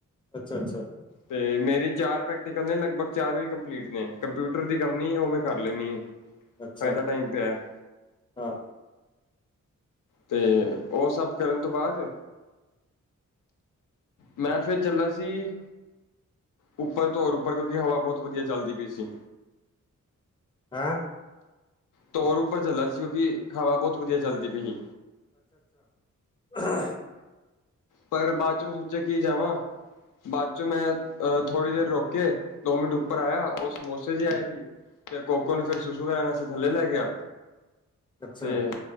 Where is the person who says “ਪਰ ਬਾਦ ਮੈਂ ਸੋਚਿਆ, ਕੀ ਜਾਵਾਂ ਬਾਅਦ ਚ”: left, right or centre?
Left